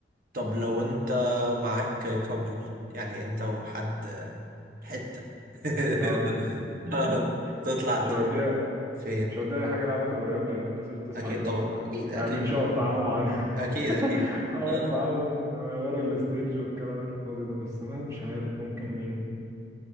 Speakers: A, on the right; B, on the right.
A: طب لو انت معاك كابل يعني انت وحد حتة <laughs>
B: اه
A: تطلع
B: <laughs>
A: تروح
B: مش هوديها
A: فين
B: مش هوديها اي حاجه لها علاقه بالراب لان الناس اللي بتسمع
A: اكيد
B: الراب
A: طبعا
B: آه،
A: اكيد اكيد
B: ما امنش اقف معاهم على
A: اكيد
B: <laughs>
A: اكيد
B: اقف
A: آه.
B: معاهم ورا الستيج والكلام الفاضي ده بس ما مش عارف ممكن مين